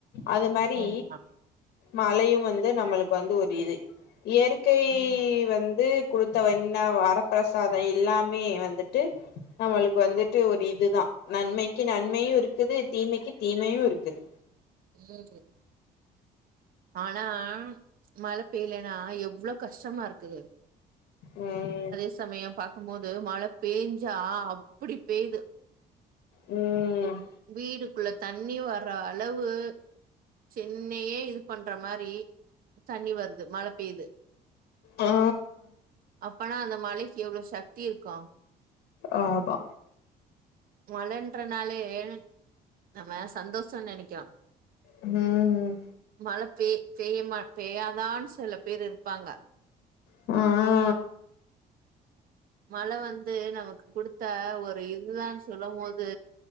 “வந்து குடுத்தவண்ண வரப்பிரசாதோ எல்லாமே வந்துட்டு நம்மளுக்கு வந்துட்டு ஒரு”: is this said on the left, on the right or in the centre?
Left